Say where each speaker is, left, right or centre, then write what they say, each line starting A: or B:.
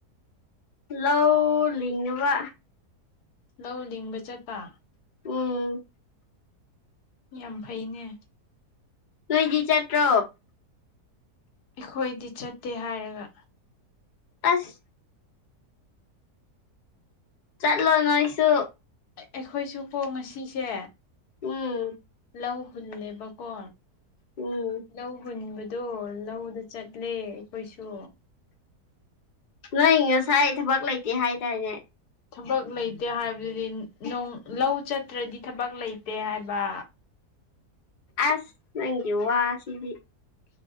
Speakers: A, on the left; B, on the left.
A: ꯂꯧ ꯂꯤꯡꯉꯕ
B: ꯂꯧ ꯂꯤꯡꯕ ꯆꯠꯄ
A: ꯎꯝ
B: ꯌꯥꯝ ꯐꯩꯅꯦ
A: ꯅꯣꯏꯗꯤ ꯆꯠꯇ꯭ꯔꯣ
B: ꯑꯩꯈꯣꯏꯗꯤ ꯆꯠꯇꯦ ꯍꯥꯏꯔꯒ
A: ꯑꯁ ꯆꯠꯂꯣ ꯅꯣꯣꯏꯁꯨ
B: ꯑꯩꯈꯣꯏꯁꯨ ꯀꯣ ꯉꯁꯤꯁꯦ
A: ꯎꯝ
B: ꯂꯧ ꯍꯨꯜꯂꯦꯕꯀꯣ
A: ꯎꯝ
B: ꯂꯧ ꯍꯨꯟꯕꯗꯣ ꯂꯧꯗ ꯆꯠꯂꯦ ꯑꯩꯈꯣꯏꯁꯨ
A: ꯅꯣꯏ ꯉꯁꯥꯏ ꯊꯕꯛ ꯂꯩꯇꯦ ꯍꯥꯏꯇꯥꯔꯦꯅꯦ
B: ꯊꯕꯛ ꯂꯩꯇꯦ ꯍꯥꯏꯕꯗꯨꯗꯤ ꯅꯣꯡ ꯂꯧ ꯆꯠꯇ꯭ꯔꯗꯤ ꯊꯕꯛ ꯂꯩꯇꯦ ꯍꯥꯏꯕ
A: ꯑꯁ ꯅꯪꯒꯤ ꯋꯥ ꯁꯤꯗꯤ